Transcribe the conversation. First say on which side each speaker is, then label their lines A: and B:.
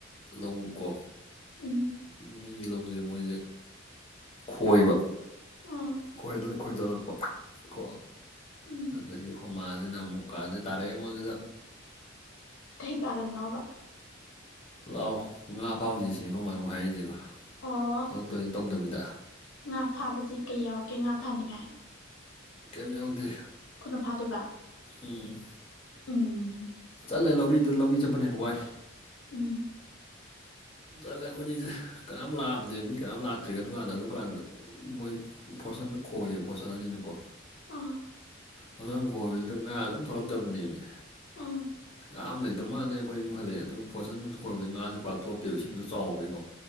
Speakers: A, on the left (about 30°); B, on the left (about 65°).
A: ꯂꯧꯀꯣ
B: ꯎꯝ
A: ꯃꯤꯒꯤ ꯂꯧꯁꯦ ꯃꯣꯏꯁꯦ ꯈꯣꯏꯕ
B: ꯑꯥ
A: ꯈꯣꯏ ꯈꯣꯏꯗꯣꯔꯛꯄ ꯀꯣ
B: ꯎꯝ
A: ꯑꯗꯒꯤ ꯑꯩꯈꯣꯏ ꯃꯥꯥꯁꯤꯅ ꯑꯃꯨꯛ ꯀꯥꯟꯗ ꯇꯥꯔꯛ ꯑꯩꯉꯣꯟꯁꯤꯗ
B: ꯀꯩ ꯀꯥꯔꯟꯅꯣꯕ
A: ꯂ ꯂꯥꯛꯑꯣ ꯉꯥ ꯐꯥꯎꯁꯤꯁꯤ ꯑꯩꯈꯣꯏ ꯉꯥꯅꯨꯡ ꯍꯥꯏꯔꯤꯁꯦꯕ
B: ꯑꯣ
A: ꯊꯕꯛꯇ ꯇꯧꯗꯕꯤꯗ
B: ꯉꯥ ꯐꯥꯕꯕꯁꯤ ꯀꯩ ꯌꯥꯎꯔꯛꯀꯦ ꯉꯥ ꯐꯥꯅꯤꯡꯉꯥꯏ
A: ꯀꯔꯤꯝ ꯌꯥꯎꯗꯦ
B: ꯈꯨꯅ ꯐꯥꯗꯣꯏꯕ
A: ꯎꯝ
B: ꯎꯝ
A: ꯆꯠꯂꯦ ꯂꯧꯔꯤꯗ ꯂꯧꯔꯤ ꯆꯠꯄꯅ ꯍꯦꯅ ꯋꯥꯏ
B: ꯎꯝ
A: ꯆꯠꯂꯦ ꯑꯩꯈꯣꯏꯅꯤꯁꯦ ꯀꯅꯥꯝ ꯂꯥꯛꯑꯝꯗꯦ ꯃꯤ ꯀꯅꯥꯝ ꯂꯥꯛꯇ꯭ꯔꯤꯒꯦ ꯑꯗꯨꯀꯥꯟꯗ ꯑꯗꯨꯀꯥꯟꯗ ꯃꯣꯏ ꯐꯣꯔꯠꯁꯟꯅ ꯈꯣꯏꯌꯦꯕ ꯐꯣꯔꯁꯟ ꯑꯅꯤꯅꯀꯣ
B: ꯑꯥ
A: ꯐꯣꯔꯠꯁꯟꯅ ꯈꯣꯏꯕꯁꯤꯗ ꯉꯥ ꯑꯝ ꯊꯣꯛꯂꯛꯇꯕꯅꯦꯃꯤ
B: ꯑꯥ
A: ꯉꯥ ꯑꯃ ꯂꯩꯇꯕ ꯃꯥꯜꯂꯦ ꯑꯩꯈꯣꯏ ꯍꯜꯂꯛꯑꯦ ꯑꯗꯨꯒ ꯐꯣꯔꯁꯟꯅ ꯈꯣꯏꯕꯁꯤꯗ ꯉꯥꯁꯦ ꯄꯥꯛꯊꯣꯛꯇꯦ꯫ ꯇꯦꯕ ꯏꯁꯤꯡꯗꯣ ꯆꯥꯎꯕꯒꯤꯀꯣ